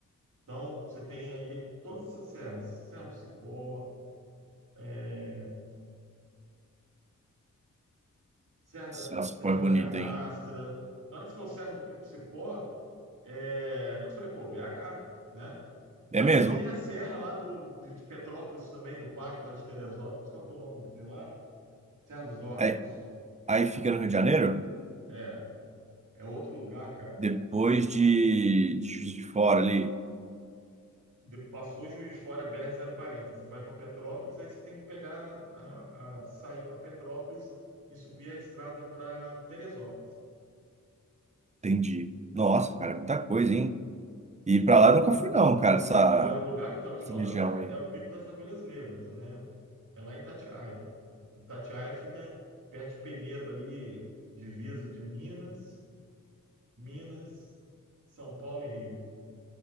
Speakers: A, on the right (about 70°); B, on the right (about 20°).
A: Então, você tem aí todas essas serras. Serra do Cipó, é, Serra da,
B: Nossa,
A: Serra
B: como é
A: da
B: bonito,
A: Canastra.
B: hein?
A: Na hora que você falou Serra do Pe- Cipó, é, eu falei, pô, BH, né?
B: É
A: Mas
B: mesmo?
A: tem a serra lá do, de de Petrópolis também, do parque lá de Teresópolis. Qual que é o nome de lá? Serra dos Órgãos.
B: Aí, aí fica no Rio de Janeiro,
A: É, é outro lugar, cara.
B: depois de, de Juiz de Fora ali.
A: De- passou Juiz de Fora, br quarenta. Você vai para Petrópolis, aí você tem que pegar, a, a- sair para Petrópolis e subir a estrada para Teresópolis.
B: Entendi. Nossa, cara, é muita coisa, hein? E pra lá eu nunca fui, não, cara, essa,
A: Agora, o lugar que eu estava te
B: essa
A: falando
B: região
A: é,
B: aí.
A: é o Pico das Agulhas Negras, né? É lá em Itatiaia. Itatiaia fica perto de Penedo ali, divisa de Minas, Minas, São Paulo e Rio.